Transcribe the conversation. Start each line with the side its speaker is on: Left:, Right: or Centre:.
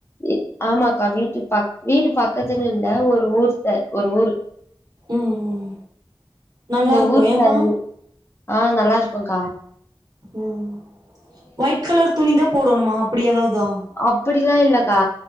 Left: இ ஆமாக்கா வீட்டு ப வீடு பக்கத்துலே இருந்தா ஒரு ஊர் சார் ஒரு ஊரு
Right: ம் ம் நல்லா
Left: இந்த
Right: இருக்கு
Left: ஊர்
Right: ஏப்பா
Left: தந்து ஆ நல்லா இருக்கும்க்கா
Right: ம் ஒயிட் கலர் துணி தா போடணுமா அப்டி ஏதாவ்தா
Left: அப்டில்லா இல்லக்கா